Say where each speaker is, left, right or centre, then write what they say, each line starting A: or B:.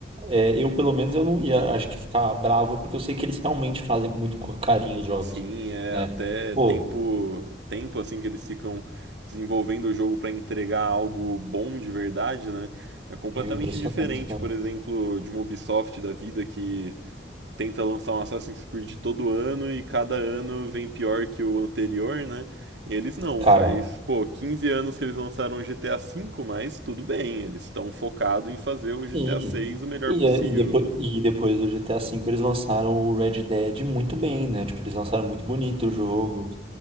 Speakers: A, on the right; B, on the right.
A: é, eu pelo menos eu não ia, acho que ficar bravo, porque eu sei que eles realmente fazem com muito co- carinho os jogos,
B: Sim, é
A: né?
B: até
A: Pô,
B: tempo, tempo assim que eles ficam desenvolvendo o jogo para entregar algo bom de verdade, né? É completamente
A: é impressionante,
B: diferente,
A: cara.
B: por exemplo, de uma Ubisoft da vida que tenta lançar um Assassin's Creed todo ano e cada ano vem pior que o anterior, né? E eles não,
A: Cara,
B: faz, pô, 15 anos que eles lançaram o GTA V, mas tudo bem, eles estão focados em fazer o GTA
A: sim.
B: VI o melhor
A: E,
B: possível.
A: é, e, depois, e depois do GTA V eles lançaram o Red Dead muito bem, né? Tipo, eles lançaram muito bonito o jogo.